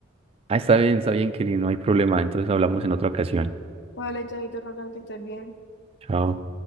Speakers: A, on the right (about 30°); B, on the left (about 60°).
A: Ah, está bien, está bien, Kelly, no hay problema. Entonces hablamos en otra ocasión.
B: Vale, chavito, Rogan, que estés bien.
A: Chao.